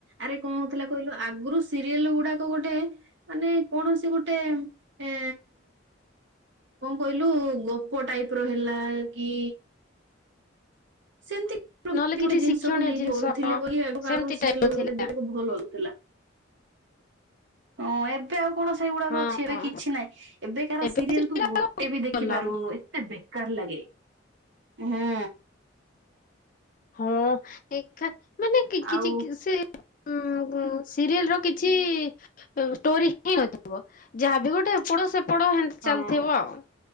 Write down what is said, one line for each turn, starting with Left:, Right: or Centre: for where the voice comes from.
Right: ଆରେ କ ହଉଥିଲା କହିଲୁ ଆଗରୁ ସିରିଏଲ ଗୁଡାକ ଗୋଟେ ମାନେ କୌଣସି ଗୋଟେ ଏ କ କହିଲୁ ଗପ ଟାଇପ ର ହେଲା କି ସେମିତି
Left: ନହେଲେ
Right: ଗୋଟେ
Left: କିଛି
Right: ଜିନିଷକୁ
Left: ଶିକ୍ଷଣୀୟ
Right: ନେଇକି
Left: ଜିନିଷ
Right: କରୁଥିଲେ ବୋଲି ଦେଖିବାକୁ
Left: ସେମିତି ଟାଇପ ର ଥିଲା
Right: ଭଲ ଲାଗୁଥିଲା। <unintelligible> ହଁ ଏବେ ଆଉ କଣ ସେଇଗୁଡାକ
Left: ହଁ
Right: ଅଛି ଏବେ କିଛି ନାହିଁ। ଏବେକାର
Left: ଏବେ
Right: ସିରିଏଲ ତୁ ଗୋଟେ ବି ଦେଖିପାରିବୁନୁ
Left: ଭଲ
Right: ଏତେ ବେ କାର ଲଗେ ହୁଁ।
Left: ହଁ ଏକା ମାନେ କିଛି
Right: ଆଉ
Left: ସେ ଉଁ ହୁଁ ସିରିଏଲ ର କିଛି ଷ୍ଟୋରି ହି ନଥିବ ଯାହାବି ଗୋଟେ ଏପଟ ସେପ ପଡ଼ ଘା
Right: ହଁ
Left: ଚାଲିଥିବ ଆଉ